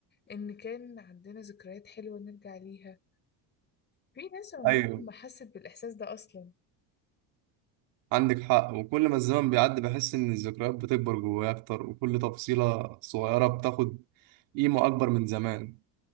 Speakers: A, on the left; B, on the right.
A: ان كان عندنا ذكريات حلوة نرجع ليها في ناس عمرهم
B: أيوه
A: ما حست بالاحساس ده اصلا
B: عندك حق وكل ما الزمن بيعدي بحس إن الذكريات بتكبر جوايا أكتر وكل تفصيلة صغيرة بتاخد قيمة أكبر من زمان